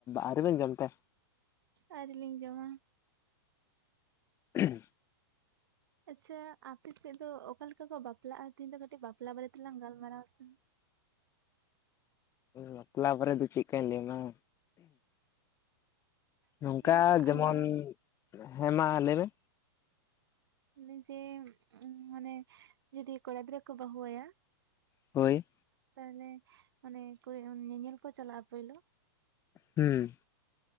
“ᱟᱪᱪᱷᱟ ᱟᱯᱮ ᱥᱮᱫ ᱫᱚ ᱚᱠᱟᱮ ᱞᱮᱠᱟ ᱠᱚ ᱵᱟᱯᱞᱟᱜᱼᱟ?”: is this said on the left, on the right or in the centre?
Right